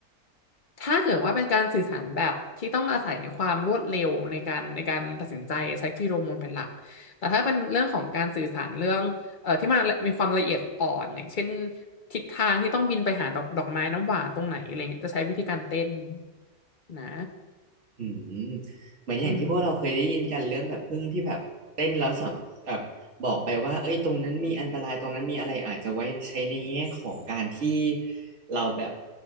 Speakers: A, on the left (about 40°); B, on the right (about 50°).
A: ถ้าเกิดว่าเป็นการสื่อสารแบบที่ต้องอาศัยความรวดเร็วในการในการตัดสินใจใช้ฟีโรโมนเป็นหลัก แต่ถ้าเป็นเรื่องของการสื่อสารเรื่องเอ่อที่มันมีความละเอียดอ่อนอย่างเช่นทิศทางที่ต้องบินไปหาดอกดอกไม้น้ำหวานตรงไหนอะไรเงี้ยจะใช้วิธีการเต้นนะ
B: อืมเหมือนอย่างที่พวกเราเคยได้ยินกันเรื่องแบบพึ่งที่แบบเต้นแล้วสัมแบบบอกไปว่าเอ้ยตรงนั้นมีอันตรายตรงนั้นมีอะไรอาจจะไว้ใช้ในแง่ของการที่
A: อืม
B: เราแบบ